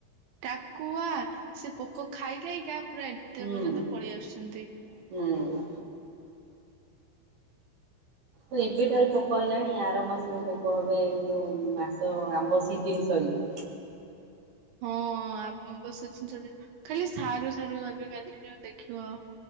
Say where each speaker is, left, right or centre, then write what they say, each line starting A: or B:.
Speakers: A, on the right; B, on the right.
A: ଟାକୁଆ ସେ ପୋକ ଖାଇ ଖାଇକା ପୁରା ଏତେ
B: ହୁଁ।
A: ପର୍ଯ୍ୟନ୍ତ ପଳେଇ ଆସୁଛନ୍ତି।
B: ହୁଁ। ହ ଏବେଠାରୁ ପୋକ ହେଲାଣି ଆର ମାସରୁ ପୋକ ହେବେ ଏଇ ଯୋଉ ମାସ ଆମ୍ବ ସିଜିନ ସଇଲେ।
A: ହଁ ଆମ୍ବ ସିଜିନ ସରିଗ ଖାଲି ସାରୁ ସାରୁ ଆମ କାଲି ଯୋଉ ଦେଖିବ।